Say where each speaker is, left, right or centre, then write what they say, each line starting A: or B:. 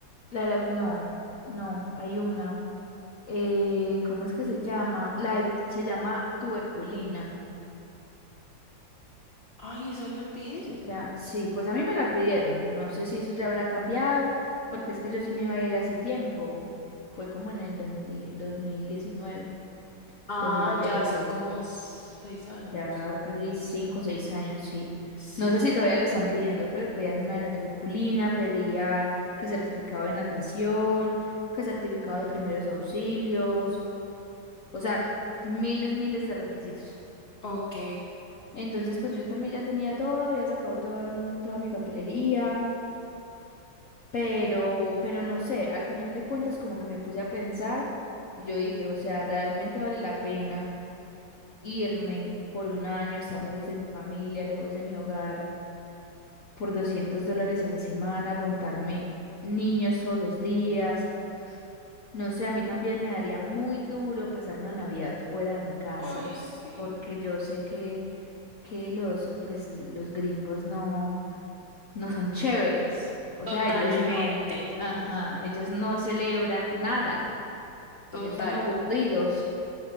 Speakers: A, on the left; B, on the left.
A: la de la- no, no, hay una. Eh, ¿cómo es que se llama? La de- se llama tuberculina.
B: Ay, ¿esa la pide?
A: Se llama- sí, pues a mí me la pidieron. No sé si eso ya habrá cambiado, porque es que yo sí me iba a ir hace tiempo. Fue como en el dos dos mil dos mil diecinueve
B: Ah,
A: dos mil veinte.
B: ya hace como seis años.
A: Ya casi cinco o seis años, sí.
B: Sí.
A: No sé si todavía la están pidiendo, pero pedían una de la tuberculina, pedían que certificado de natación, que certificado de primeros auxilios, o sea, miles, miles de requisitos.
B: Ok.
A: Entonces, pues yo también ya tenía todo, había sacado toda, m- toda mi papelería, pero, pero no sé, al final de cuentas como que me puse a pensar y yo dije, o sea, realmente vale la pena irme por un año, estar lejos de mi familia, lejos de mi hogar por 200 dólares a la semana, aguantarme niños todos los días. No sé, a mí también me daría muy duro pasar una Navidad fuera de mi casa,
B: Ay, sí.
A: porque yo sé que, que los, pues, los gringos no, no son chéveres. O
B: Totalmente.
A: sea, ellos no, ajá, ellos no celebran nada.
B: Total.
A: Ellos son aburridos.